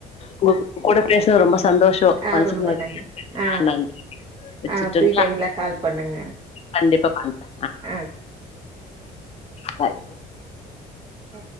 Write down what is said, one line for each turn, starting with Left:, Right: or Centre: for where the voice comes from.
Left: உங்க கூட பேசுனது ரொம்ப சந்தோஷோ
Right: ஆ
Left: மனசுக்கு
Right: ரொம்ப
Left: நெறைவா
Right: நன்றி ஆ
Left: நன்றி வச்சுட்டுங்களா
Right: ஆ ஃப்ரீ டைம்ல கால் பண்ணுங்க
Left: கண்டிப்பா பண்றே
Right: ஆ <inaudible>
Left: பாய்
Right: ஆ